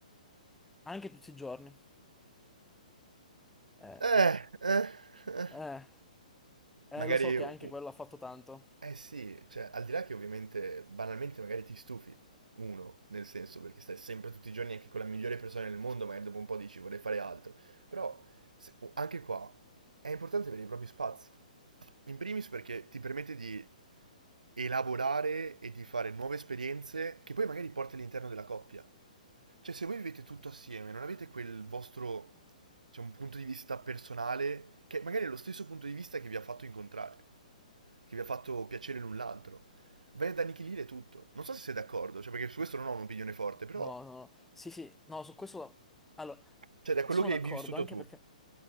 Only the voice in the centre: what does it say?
anche tutti i giorni. Eh,
eh, eh,
lo so che
anche quello ha fatto tanto.
No, no, no. Sì, sì, no, su questo... Allora,
sono
d'accordo,
anche
perché